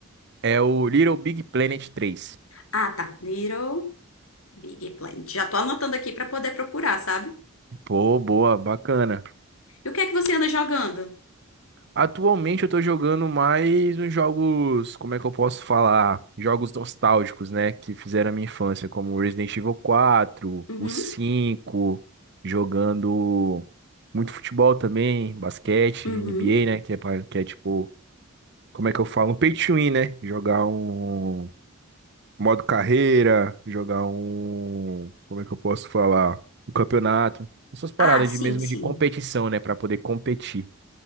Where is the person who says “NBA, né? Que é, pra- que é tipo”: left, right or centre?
Right